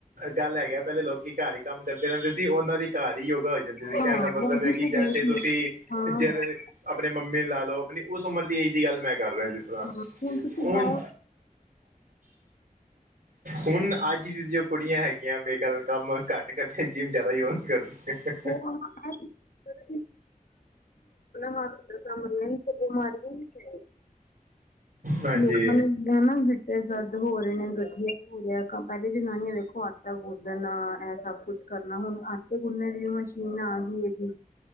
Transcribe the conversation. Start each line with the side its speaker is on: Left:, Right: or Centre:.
Right: ਗੱਲ ਹੈਗੀ ਪਹਿਲੇ ਲੋਕੀ ਘਰ ਹੀ ਕੰਮ ਕਰਦੇ ਰਹਿੰਦੇ ਸੀ ਉਹਨਾਂ ਦੀ ਘਰ ਹੀ ਯੋਗਾ ਹੋ ਜਾਂਦੀ। ਜ
Left: ਹਾਂ
Right: ਕਹਿਣ ਦਾ ਮਤਲਬ
Left: ਵਰਜਿਸ਼
Right: ਹੈ ਕਿ
Left: ਹੁੰਦੀ
Right: ਜੈਸੇ
Left: ਸੀ
Right: ਤੁਸੀਂ
Left: ਹਾਂ ਹਾਂ
Right: ਜਿਵੇ ਆਪਣੇ ਮੰਮੀ ਨੂ ਲਾ ਲਓ। ਆਪਣੀ ਉਸ ਉਮਰ ਦੀ ਏਜ ਦੀ ਗੱਲ ਮੈਂ ਕਰ ਰਿਹਾ ਜਿਸ ਤਰ੍ਹਾਂ
Left: ਹੁਣ ਤੁਸੀਂ
Right: ਉਂਜ
Left: ਗਾਉਂ
Right: ਹੁਣ ਅੱਜ ਦੀ ਜੋ ਕੁੜੀਆਂ ਹੈਗੀਆਂ ਬੇਕੱਲ ਕੰਮ ਘੱਟ ਕਿ ਇਥੇ ਜਿੰਮ ਜ਼ਿਆਦਾ ਯੂਜ ਕਰਦੀ ਹੈ। <inaudible>
Left: ਹਾਂ ਆਪਣਾ ਹਾਲਚਾਲ ਤੇ ਮਨਣਾ ਨੀ। ਬਿਮਾਰੀ ਵੀ ਨੀ ਸੀ।
Right: ਹਾਂਜੀ
Left: ਲੋਕਾਂ ਨੇ ਕਹਿਣਾ ਗਿੱਟੇ ਦਰਦ ਹੋ ਰਹੇ ਨੇ ਗਠੀਆ ਹੋ ਰਿਹਾ ਪਹਿਲੇ ਜਨਾਨੀਆਂ ਦੇਖੋ ਅੱ ਆਟਾ ਗੁੰਨਦਣਾ ਇਹ ਸਭ ਕੁਛ ਕਰਨਾ ਹੁਣ ਆਟੇ ਗੁੰਨੇ ਦੀ ਵੀ ਮਸ਼ੀਨ ਆ ਗਈ ਹੈਗੀ।